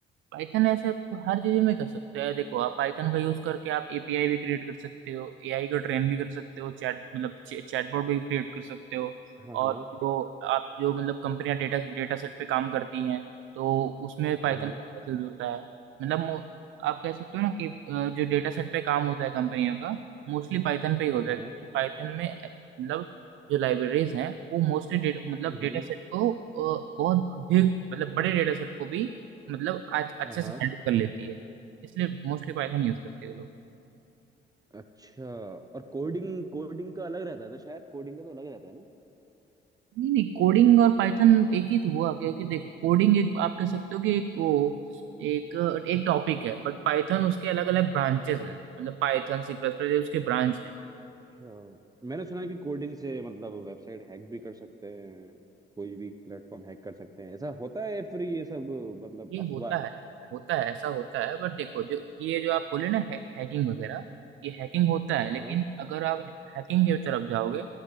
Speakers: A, on the right; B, on the right.
A: पाइथन ऐसे आप हर चीज में कर सकते हैं देखो आप पाइथन का यूज करके आप एपीआई भी क्रिएट कर सकते हो एआई को ट्रेन भी कर सकते हो चैट मतलब चैटबॉट भी क्रिएट कर सकते हो
B: हाँ
A: और
B: हाँ
A: जो आप जो मतलब कंपनियां डेटा डेटा सेट पे काम करती हैं तो उसमें पाइथन
B: हाँ हाँ
A: का बहुत यूज होता है मतलब मो- आप कह सकते हो ना कि अ, जो डेटा सेट पे काम होता है कंपनियों का मोस्टली पाइथन पे ही होता
B: हाँ हाँ,
A: है क्योंकि पाइथन में अ, मतलब जो लाइब्रेरीज हैं वो मोस्टली मतलब
B: हम्म
A: डेटा सेट को अ, बहुत big, मतलब बड़े डेटा सेट को भी मतलब आज अच्छे
B: हाँ हाँ,
A: से हैंडल कर लेती है इसलिए मोस्टली पाइथन यूज करते हैं लोग
B: अच्छा और कोडिंग कोडिंग का अलग रहता है ना शायद कोडिंग का तो अलग रहता है ना
A: नहीं नहीं कोडिंग और पाइथन एक ही तो हुआ क्योंकि देखो कोडिंग एक आप कह सकते हो कि एक वो एक एक टॉपिक है बट पाइथन उसके अलग अलग ब्रांचेस हैं मतलब पाइथन सी प्लस प्लस उसके ब्रांच हैं
B: अच्छा मैंने सुना है कि कोडिंग से मतलब वेबसाइट हैक भी कर सकते हैं कोई भी प्लेटफॉर्म हैक कर सकते हैं ऐसा होता है या फिर ये सब मतलब
A: ये
B: अफवाह
A: होता
B: है
A: है होता है ऐसा होता है बट देखो जो ये जो आप बोले ना है, हैकिंग वगैरह ये हैकिंग होता है
B: हाँ
A: लेकिन
B: हाँ,
A: अगर आप हैकिंग की तरफ जाओगे